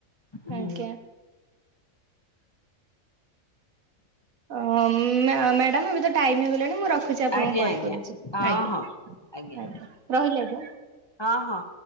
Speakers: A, on the left (about 25°); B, on the right (about 80°).
A: ହୁଁ
B: ଆଜ୍ଞା। ଓ ମ୍ୟାଡାମ ଏବେ ତ ଟାଇମ ହେଇଗଲାଣି ମୁଁ ର ରଖୁଛି ଆପଣଙ୍କୁ
A: ଆଜ୍ଞା
B: ପରେ
A: ଆଜ୍ଞା
B: କରୁଛି
A: ହଁ
B: ଆଜ୍ଞା
A: ହଁ। ଆଜ୍ଞା
B: ଆ୍ଞା ରହିଲେ ଆଜ୍ଞା।
A: ହଁ ହଁ।